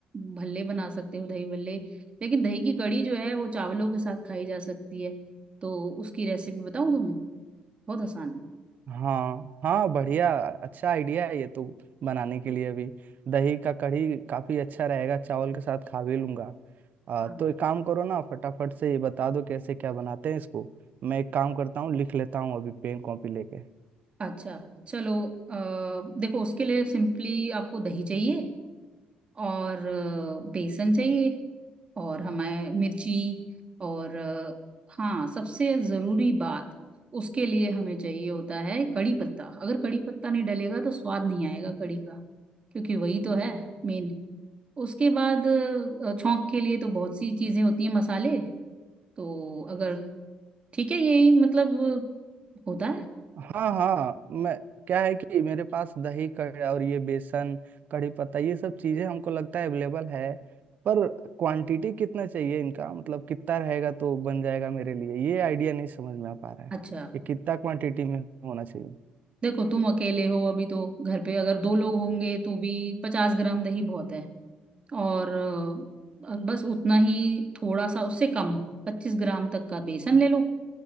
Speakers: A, on the right (about 35°); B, on the right (about 60°).
A: भल्ले बना सकते हो दही भल्ले लेकिन दही की कड़ी जो है वो चावलों के साथ खाई जा सकती है तो उसकी रेसिपी बताऊं तुम्हें बहुत आसान
B: हाँ हाँ बढ़िया अच्छा आइडिया है ये तो बनाने के लिए अभी दही का कढ़ी काफी अच्छा रहेगा चावल के साथ खा भी लूंगा आ,
A: है
B: तो एक काम करो ना फटाफट से ये बता दो कैसे क्या बनाते हैं इसको मैं एक काम करता हूँ लिख लेता हूँ अभी पेन कॉपी लेके
A: अच्छा चलो अ, देखो उसके लिए सिंपली आपको दही चाहिए और अ, बेसन चाहिए और हमें मिर्ची और अ, हाँ सबसे ज़रूरी बात उसके लिए हमें चाहिए होता है कड़ी पत्ता अगर कड़ी पत्ता नहीं डलेगा तो स्वाद नहीं आएगा कड़ी का क्योंकि वही तो है मेन उसके बाद अ, छौंक के लिए तो बहुत सी चीज़ें होती हैं मसाले तो अगर ठीक है यही मतलब होता है
B: हाँ हाँ मैं क्या है कि मेरे पास दही कड़- और ये बेसन कढ़ी पत्ता ये सब चीजें हमको लगता है अवेलेबल है पर क्वांटिटी कितना चाहिए इनका मतलब कितना रहेगा तो बन जाएगा मेरे लिए ये आइडिया नहीं समझ में आ पा रहा है
A: अच्छा
B: ये कितना क्वांटिटी में होना चाहिए
A: देखो तुम अकेले हो अभी तो घर पे अगर दो लोग होंगे तो भी पचास ग्राम दही बहुत है और अ, बस उतना ही थोड़ा सा उससे कम पच्चीस ग्राम तक का बेसन ले लो